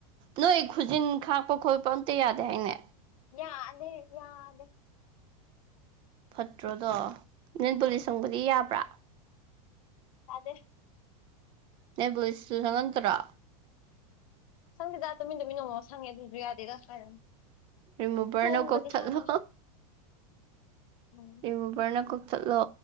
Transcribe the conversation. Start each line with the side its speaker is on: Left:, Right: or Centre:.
Right: ꯅꯣꯏ ꯈꯨꯖꯤꯟ ꯈꯥꯛꯄ ꯈꯣꯠꯄ ꯑꯝꯇ ꯌꯥꯗꯦ ꯍꯥꯏꯅꯦ
Left: ꯌꯥꯗꯦ ꯌꯥꯗꯦ
Right: ꯐꯠꯇ꯭ꯔꯣꯗꯣ ꯅꯦꯜꯄꯨꯂꯤꯁ ꯁꯪꯕꯗꯤ ꯌꯥꯕ꯭ꯔꯥ
Left: ꯌꯥꯗꯦ
Right: ꯅꯦꯜ ꯄꯨꯂꯤꯁꯁꯨ ꯁꯪꯉꯛꯇꯔꯣ
Left: ꯁꯪꯗꯦꯗ ꯇꯨꯃꯤꯟ ꯇꯃꯤꯟ ꯑꯃꯨꯃꯨꯛ ꯁꯪꯉꯦ ꯑꯗꯨꯁꯨ ꯌꯥꯗꯦꯗ ꯀꯥꯢꯗꯩꯅꯣ
Right: ꯔꯤꯃꯨꯚꯔꯅ
Left: ꯈꯣꯡꯗꯗꯤ
Right: ꯀꯣꯛꯊꯠꯂꯣ
Left: ꯁꯪꯉꯦ ꯎꯝ
Right: ꯔꯤꯃꯨꯕꯔꯅ ꯀꯣꯛꯊꯠꯂꯣ